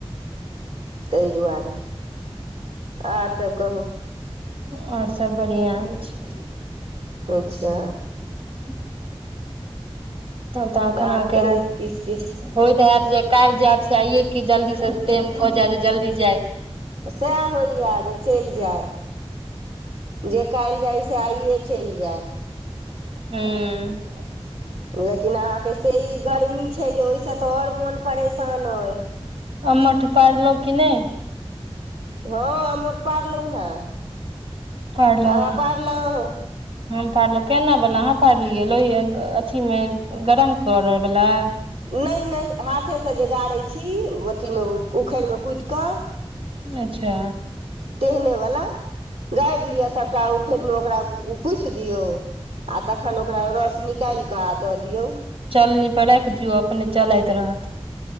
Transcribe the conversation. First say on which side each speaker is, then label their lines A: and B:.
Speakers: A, on the right (about 85°); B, on the right (about 60°).
A: तहि दुआरे आर सभ कहू
B: आओर सब बढ़िआँ होय छै
A: अच्छा
B: <unintelligible> त तऽ खना
A: आर
B: पिना
A: कहियौ किछु किछु
B: होयतऽ हयत जे काल्हि जायब से आइये की जल्दी से ट‌एम प जाय जल्दी जाय
A: तऽ सएह होइए जे चलि जाय जे काल्हि जाय से आइए चलि जाय
B: हँ हँ
A: लेकिन अहाँके से ई गर्मी छै जे ओहिसँ तऽ आओर मोन परेशान अइ
B: आ मठ पड़लो कि नहि
A: हँ अमोट पारलौ हे
B: पारलौ
A: अहाँ
B: हे
A: पारलहुँ
B: हम पारलौ केना बला अहाँ पारलियै लोहि अथी मे गरम करै बला
A: नहि नहि हाथेसँ जे गारै छी अथीमे उखड़िमे कुटि कऽ
B: अच्छा
A: तेहने वला गारि लिअ सभटा उखड़िमे ओकरा कुटि दियौ आ तखन ओकरा रस निकालि कऽ आ दऽ दियौ
B: चलनी पर राखि दियौ अपने चलैत रहत